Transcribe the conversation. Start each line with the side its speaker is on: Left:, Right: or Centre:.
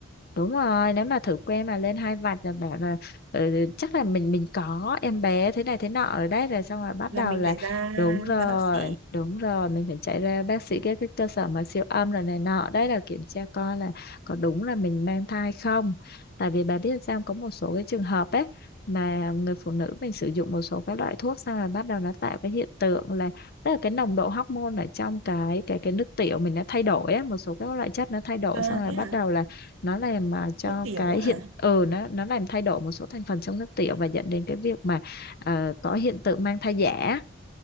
Left: Đúng rồi, nếu mà thử que mà lên hai vạch là bảo là ừ, ừ, chắc là mình mình có em bé thế này thế nọ ở đấy rồi xong rồi bắt
Right: Là
Left: đầu
Right: mình
Left: là
Right: phải ra
Left: đúng rồi,
Right: ra bác sĩ.
Left: đúng rồi, mình phải chạy ra bác sĩ các cái cơ sở mà siêu âm rồi này nọ đấy là kiểm tra coi là có đúng là mình mang thai không. Tại vì bà biết sao có một số cái trường hợp ấy mà người phụ nữ mình sử dụng một số các loại thuốc xong là bắt đầu nó tạo cái hiện tượng là tức là cái nồng độ hormone ở trong cái cái cái nước tiểu mình nó thay đổi á, một số các loại chất nó thay đổi
Right: À
Left: xong rồi
Right: thế
Left: bắt
Right: hả?
Left: đầu là nó làm mà cho
Right: Nước tiểu
Left: cái
Right: hả?
Left: hiện ừ nó nó làm thay đổi một số thành phần trong nước tiểu và dẫn đến cái việc mà ờ, có hiện tượng mang thai giả